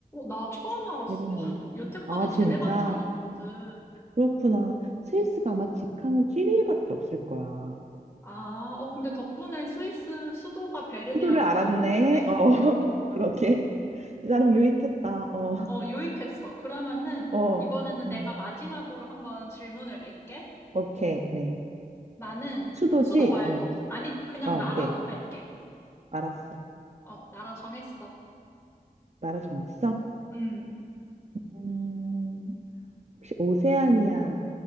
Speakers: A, on the left; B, on the right.
A: 나 처음 알았어.
B: 베른이요.
A: 한- 여태까지
B: 아, 진짜?
A: 제네바인 줄 알았거든.
B: 그렇구나. 스위스가 아마 직항은 쥐리히밖에 없을 거야.
A: 아, 어, 근데 덕분에 스위스 수도가 베른이란
B: 수, 수도를 알았네.
A: 걸 알게 됐네?
B: 어, <laughs>
A: 어, 어,
B: 그러게. 이 사람 유익했다. 어,
A: 어, 유익했어. 그러면은,
B: 어,
A: 이번에는
B: 어.
A: 내가 마지막으로 한번 질문을 낼게.
B: 오케이. 네.
A: 나는
B: 수도지?
A: 수도 말고,
B: 어,
A: 아니, 그냥
B: 아, 오케이.
A: 나라로 할게.
B: 알았어.
A: 어, 나라 정했어.
B: 나라 정했어?
A: 음,
B: 음, 혹시 오세아니아에